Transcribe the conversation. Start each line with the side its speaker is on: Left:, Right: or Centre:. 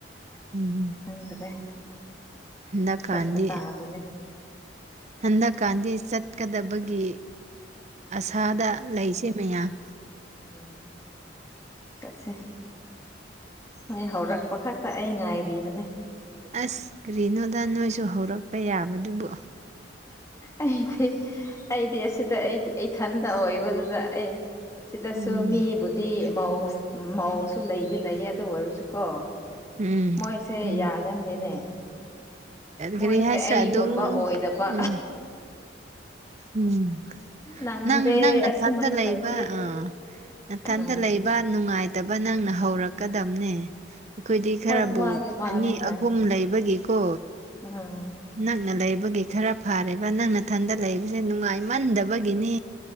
Right: ꯎꯝ
Left: ꯈꯪꯗ꯭ꯔꯦ
Right: ꯍꯟꯗꯛ ꯀꯥꯟꯗꯤ
Left: ꯆꯠꯄ ꯇꯥꯕꯅꯦ
Right: ꯍꯟꯗꯛ ꯀꯥꯟꯗꯤ ꯆꯠꯀꯗꯕꯒꯤ ꯑꯁꯥꯗ ꯂꯩꯁꯦ ꯃꯌꯥꯝ
Left: ꯎꯝ ꯆꯠꯁꯦ ꯅꯣꯢ ꯍꯧꯔꯛꯄ ꯈꯛ ꯇ ꯑꯩ ꯉꯥꯏꯔꯤꯕꯅꯦ
Right: ꯑꯁ ꯀꯔꯤꯅꯣꯗ ꯅꯣꯏꯁꯨ ꯍꯧꯔꯛꯄ ꯌꯥꯕꯗꯨꯕꯨ
Left: ꯑꯩꯗꯤ ꯑꯩꯗꯤ ꯑꯁꯤꯗ ꯑꯩꯒꯤ ꯏꯊꯟꯗ ꯑꯣꯏꯕꯗꯨꯗ ꯑꯦ ꯁꯤꯗꯁꯨ
Right: ꯎꯝ
Left: ꯃꯤꯕꯨꯗꯤ ꯃꯧꯁ ꯃꯧꯁꯨ ꯂꯩꯗꯤ ꯂꯩꯌꯦ ꯑꯗꯨ ꯑꯣꯏꯔꯁꯨ ꯀꯣ
Right: ꯎꯝ
Left: ꯃꯣꯏꯁꯦ
Right: ꯎꯝ
Left: ꯌꯥꯒꯟꯗꯦꯅꯦ ꯃꯣꯏꯁꯦ
Right: ꯀꯔꯤ ꯍꯥꯏꯁꯤꯔꯥ
Left: ꯑꯩꯒꯨꯝꯕ
Right: ꯑꯗꯨꯝ
Left: ꯑꯣꯏꯗꯕ
Right: ꯎꯝ ꯎꯝ
Left: ꯅꯪꯗꯦ
Right: ꯅꯪ ꯅꯪ ꯅꯊꯟꯇ
Left: ꯑꯁꯨꯃꯥꯏꯅ
Right: ꯂꯩꯕ
Left: ꯇꯧꯋꯦ
Right: ꯑꯥ ꯅꯊꯟꯇ
Left: ꯎꯝ
Right: ꯂꯩꯕ ꯅꯨꯡꯉꯥꯏꯇꯕ ꯅꯪꯅ ꯍꯧꯔꯛꯀꯗꯝꯅꯦ ꯑꯩꯈꯣꯏꯗꯤ
Left: ꯍꯣꯏ
Right: ꯈꯔꯕꯨ
Left: ꯃꯥꯗꯤ ꯃꯥꯅꯦ
Right: ꯑꯅꯤ
Left: ꯍꯣꯏ
Right: ꯑꯍꯨꯝ ꯂꯩꯕꯒꯤꯀꯣ
Left: ꯎꯝ
Right: ꯅꯛꯅ ꯂꯩꯕꯒꯤ ꯈꯔ ꯐꯥꯔꯦꯕ ꯅꯪ ꯅꯊꯟꯗ ꯂꯩꯕꯁꯦ ꯅꯨꯡꯉꯥꯏ ꯃꯟꯗꯕꯒꯤꯅꯤ